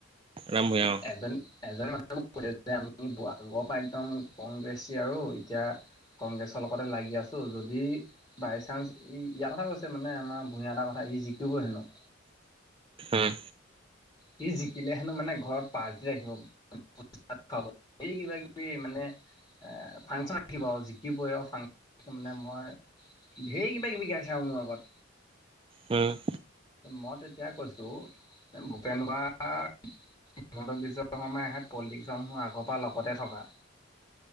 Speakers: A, on the right (about 25°); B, on the left (about 20°).
A: ৰাম ভূঞা, অ'!
B: এজন এজনো কয় যে আমি আগৰ পৰা একদম কংগ্ৰেছি আৰু এতিয়া কংগ্ৰেছৰ লগতে লাগি আছো যদি বাইচান্স ই ইয়াৰ কথা কৈছে মানে আমাৰ ভূঞা দা কথা আজি জিকিব হেনো
A: উম
B: সি জিকিলে, হেনোঁ মানে, ঘৰত পাৰ্টি ৰাখিব। <unintelligible> ধেই কিবা কিবি মানে, ফাংচন ৰাখিব আৰু জিকিবই আৰু। ফাংচন ৰাখি মানে, মই ধেই কিবা কিবি গাইছে আও মোৰ আগত
A: উম
B: মই তেতিয়া কৈছো এ ভূপেন বৰা হিমন্ত বিশ্ব শৰ্মাই হে পলিটিক্সসমূহ আগৰ পৰা লগতে থকা